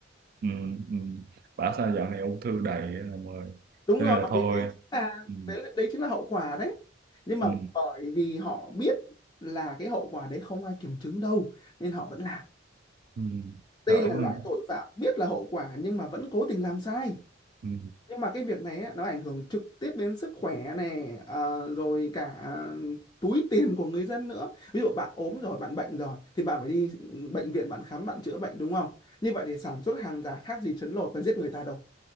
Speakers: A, on the right; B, on the left.
A: ừ, ừ. bảo sao dạo này ung thư đầy rồi
B: đúng
A: cho
B: rồi
A: nên là
B: bởi
A: thôi
B: vì đấy chính là
A: ừ,
B: đấy, là- đấy chính là hậu quả đấy nhưng mà
A: ừ.
B: bởi vì họ biết là cái hậu quả đấy không ai kiểm chứng đâu nên họ vẫn làm
A: ừ,
B: đây
A: thở
B: là
A: mà
B: loại tội phạm biết là hậu quả nhưng mà vẫn cố tình làm sai
A: ừ,
B: nhưng mà cái việc này á, nó ảnh hưởng trực tiếp đến sức khỏe này ờ, rồi cả ờ, túi tiền của người dân nữa ví dụ bạn ốm rồi bạn bệnh rồi thì bạn phải đi ừ, bệnh viện bạn khám bạn chữa bệnh đúng không như vậy thì sản xuất hàng giả khác gì trấn lột và giết người ta đâu